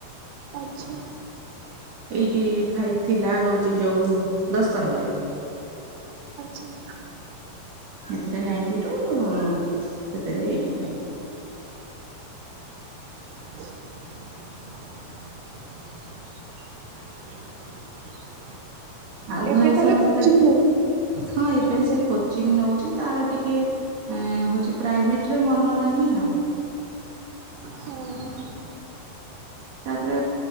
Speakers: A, on the right (about 80°); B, on the right (about 65°).
A: ଆଛା
B: ଏଇଟି ଫାଇପ୍ ଥିଲା ହୋଉଛି ଯୋଉ ଦଶମରେ।
A: ଆଚ୍ଛା
B: ଏଥିରେ ନାଇଣ୍ଟି ଟୁ ସେଥିରେ ଏଇଟି ଫାଇପ୍।
A: <unintelligible>
B: ଆଉ ଘରେ
A: ଏବେ
B: ସମସ୍ତେ,
A: ତାହେଲେ କୋଚିଂ ନଉଛି
B: ହଁ ଏବେ
A: ଆଜ୍ଞା
B: ସେ କୋ କୋଚିଂ ନଉଛି ତାର ଟିକେ ହଉଛି ପ୍ରାଇଭେଟରେ ମନ ନାହିଁ ଆଉ।
A: ହୁଁ
B: ତାପରେ